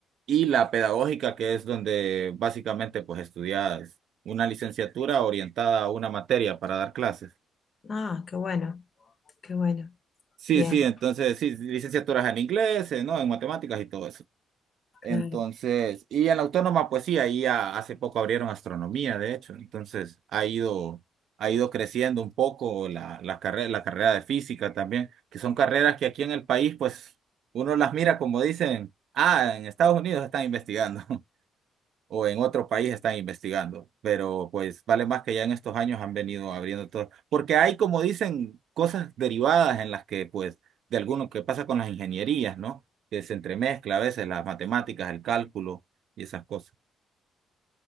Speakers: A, on the right; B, on the left.
A: y la Pedagógica, que es donde básicamente pues estudias una licenciatura orientada a una materia para dar clases.
B: Ah, qué bueno, qué bueno.
A: Sí,
B: Bien,
A: sí, entonces sí, licenciaturas en inglés, eh, ¿no? En matemáticas y todo eso. Entonces,
B: claro.
A: y en la autónoma, pues sí, ahí a- hace poco abrieron astronomía, de hecho. Entonces, ha ido, ha ido creciendo un poco la, la carrera, la carrera de física también, que son carreras que aquí en el país, pues uno las mira como dicen, ah, en Estados Unidos están investigando o en otro país están investigando, pero pues vale más que ya en estos años han venido abriendo todo, porque hay como dicen cosas derivadas en las que pues de alguno que pasa con las ingenierías, ¿no? Que se entremezcla a veces las matemáticas, el cálculo y esas cosas.